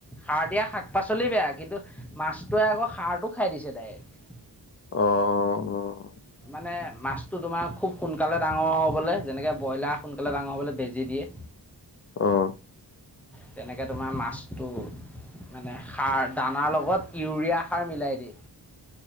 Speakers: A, in the centre; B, on the left (about 35°).
A: সাৰ দিয়া শাক পাচলি বেয়া, কিন্তু মাছটোৱে আকৌ সাৰটো খাই দিছে ডাইৰেক্ট।
B: অ' অ' অ'।
A: মানে মাছটো তোমাৰ খুব সোনকালে ডাঙৰ হ'বলৈ যেনেকে ব্ৰইলাৰ সোনকালে ডাঙৰ হ'বলৈ বেজি দিয়ে
B: অ'।
A: তেনেকে তোমাৰ মাছটো মানে সাৰ, দানাৰ লগত ইউৰিয়া সাৰ মিলাই দিয়ে।